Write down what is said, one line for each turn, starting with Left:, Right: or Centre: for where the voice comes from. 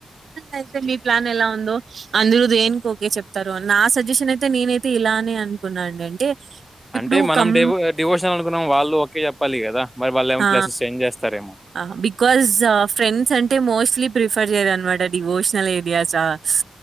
Right: అయితే మీ ప్లాన్ ఎలా ఉందో అందురు దేనికోకే చెప్తారు నా సజెషన్ అయి తే నేనైతే ఇలానే అనుకున్నానండి అంటే ఇప్పుడు
Centre: అంటే మనం
Right: కం
Centre: డివో డివోషన్ అనుకున్నాం వాళ్ళు ే చెప్పాలి కదా మరి వాళ్ళ ఏమో
Right: ఆ!
Centre: ప్లేసెస్ చేంజ్ చేస్తారేమో
Right: ఆ బికాజ్ ఫ్రెండ్స్ అంటే మోస్ట్లీ ప్రిఫర్ చేయరునమాట డివోషనల్ ఏ డియాసా స్